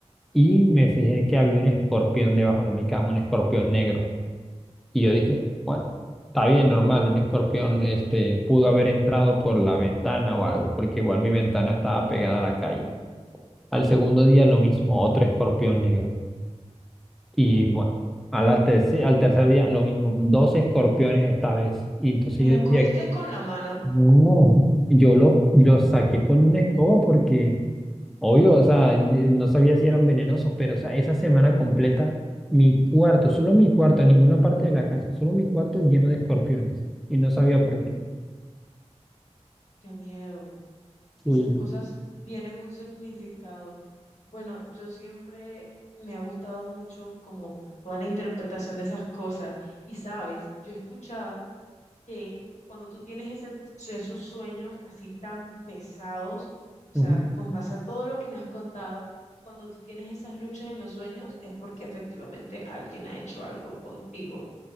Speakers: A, in the centre; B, on the left (about 80°).
A: y me fijé que había un escorpión debajo de mi cama, un escorpión negro. Y yo dije, bueno, está bien, normal, un escorpión, este, pudo haber entrado por la ventana o algo, porque igual mi ventana estaba pegada a la calle. Al segundo día lo
B: ¿Qué?
A: mismo, otro escorpión negro. Y bueno, a la terce- al tercer día lo mismo, dos escorpiones esta vez. Y entonces
B: Y los
A: yo decía,
B: cogiste con la mano.
A: No, yo los lo saqué con una escoba porque, obvio, o sea, eh, no sabía si eran venenosos, pero, o sea, esa semana completa, mi cuarto, solo mi cuarto, ninguna parte de la casa, solo mi cuarto lleno de escorpiones. Y no sabía por qué.
B: Qué miedo. Esas
A: Sí,
B: cosas tienen un significado. Bueno, yo siempre me ha gustado mucho como toda la interpretación de esas cosas. Y sabes, yo he escuchado que cuando tú tienes ese, esos sueños así tan pesados, o sea,
A: ujú,
B: con base a todo lo que me has contado, cuando tú tienes esas luchas en los sueños es porque efectivamente alguien ha hecho algo contigo.